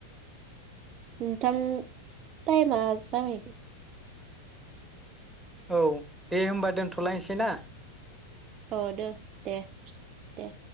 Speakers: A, on the right; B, in the centre.
A: नोंथां टाइमा जाबाय।
B: औ। दे होमबा दोनथलायसै ना
A: औ दो दे। दे।